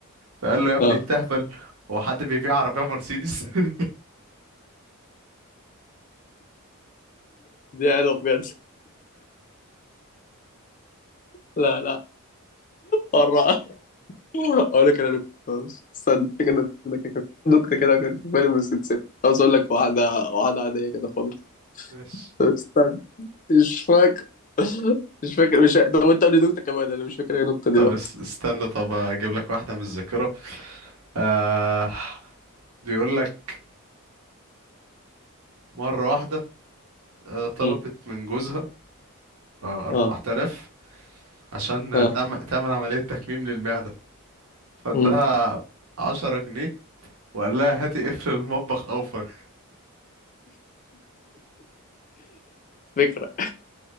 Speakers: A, on the right; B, on the left.
A: فقال له يا ابني
B: آه.
A: التهبل هو حد بيبيع عربيه مرسيدس <laughs>
B: دي حلوة بجد لا لا مرة <laughs> اقول لك انا نكتة استنى افتكر إن أنا كده- نكتة كده كانت في بالي بس نسيت عاوز اقول لك واحدة واحدة عادية كده خالص
A: ماشي
B: استنى مش فاكر مش فاكر مش فاكر. طب انت قول لي نكتة كمان انا مش فاكر اي نكتة دلوقتي
A: طب اس- استنى طب اجيب لك واحده من الذاكره آه بيقول لك مرة واحدة آه، طلبت
B: مم.
A: من جوزها آه، أربعة
B: اه
A: آلاف عشان آه،
B: اه
A: تعمل تعمل عملية تكميم للمعدة فادها
B: مم.
A: عشرة جنيه وقال لها هاتي قفل المطبخ أوفر
B: فكرة